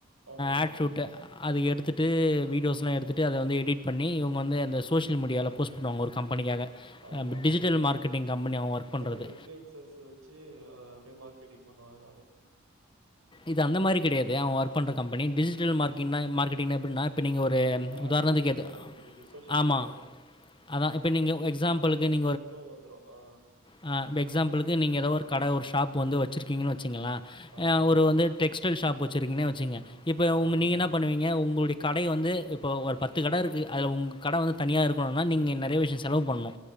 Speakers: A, on the right; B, on the left.
A: ஆமா ப்ரோ
B: ஆட்ஷூட்டு் அது எடுத்துட்டு வீடியோஸ்ல்லா எடுத்துட்டு அத வந்து எடிட் பண்ணி இவுங்க வந்து அந்த சோஷியல் மீடியால போஸ்ட் பண்ணுவாங்க ஒரு கம்பெனிகாக
A: ஆமா
B: அ
A: ஆமா
B: டிஜிட்டல்
A: ப்ரோ
B: மார்கெட்டிங் கம்பெனி அவ ஒர்க் பண்றது.
A: அதா இன்ஃபுளுயன்ஸ் சோர்ஸ் வச்சு அ அப்டியே மார்க்கெட்டிங் பண்ணுவாங்க அத
B: இது அந்த மாரி கெடையாது அவ ஒர்க் பன்ற கம்பெனி டிஜிட்டல் மார்க்கிங்னா மார்க்கெட்டிங்னா எப்ன்னா நீங்க ஒரு
A: ஆடு
B: உதாரணத்துகேத்த
A: மாரி வரு நம்மளுக்கு சோசியல்
B: ஆமா
A: மீடியால
B: அதா இப்ப நீங்க ஒ எக்ஸாம்பிளுக்கு நீங்
A: லிங்கோ வந்துரூ ஆ
B: அ எக்ஸாம்பிளுக்கு நீங்க எதோ ஒரு கட ஒரு ஷாப் வந்து வச் ச்சிருகீங்கன்னு வச்சிங்களே
A: ஆ
B: அ
A: ப்ரோ.
B: ஒரு வந்து டெக்ஸ்டைல் ஷாப் வச்சுருக்கீன்னே வச்சீங்க இப்போ உங்
A: ஆ
B: நீங்க என்ன பண்ணுவீங்க உங் ங்ளுடைய கடைய வந்து இப்ப ஒரு பத்து கட இருக்கு அதுல உங்க கட வந்து தனியா இருக்கோனுனா நீங்க என்ன நெறைய விஷ்யோ செலவு
A: ஆ-
B: பண்ணூ